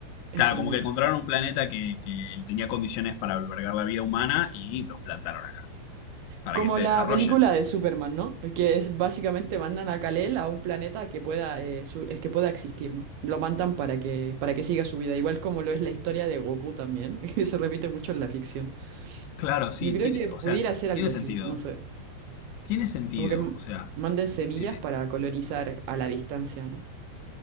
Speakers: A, on the left; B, on the right.
A: claro,
B: Sí, sí.
A: como que encontraron un planeta que, que tenía condiciones para albergar la vida humana y los plantaron acá, para
B: Como
A: que se
B: la
A: desarrollen.
B: película de Superman, ¿no? Que es básicamente mandan a Kal-El a un planeta que pueda, eh, su- es que pueda existir, ¿no? Lo mandan para que, para que siga su vida, igual como lo es la historia de Goku también, <laughs> que se repite mucho en la ficción.
A: Claro, sí,
B: Yo creo
A: tiene,
B: que pudiera
A: o sea,
B: ser
A: tiene
B: algo
A: sentido,
B: así, no sé.
A: tiene sentido,
B: Como que m-
A: o sea...
B: manden semillas
A: Sí, sí.
B: para colonizar a la distancia, ¿no?